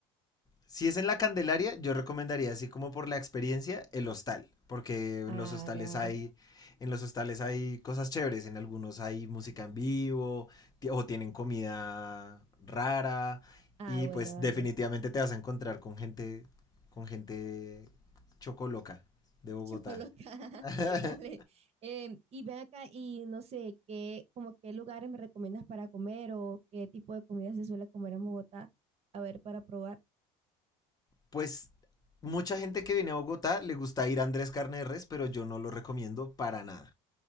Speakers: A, on the left; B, on the right.
A: Si es en la Candelaria, yo recomendaría así como por la experiencia el hostal, porque en
B: Ah,
A: los hostales
B: dale,
A: hay
B: dale.
A: en los hostales hay cosas chéveres, en algunos hay música en vivo ti- o tienen comida rara
B: Ah,
A: y
B: bueno,
A: pues
B: dale.
A: definitivamente te vas a encontrar con gente con gente chocoloca de Bogotá.
B: Chocoloca,
A: <laughs>
B: <laughs> dale. Em, y ven acá y no sé, qué, como qué lugares me recomiendas para comer o qué tipo de comida se suele comer en Bogotá, a ver, para probar.
A: Pues mucha gente que viene a Bogotá le gusta ir a Andrés Carne de Res, pero yo no lo recomiendo para nada.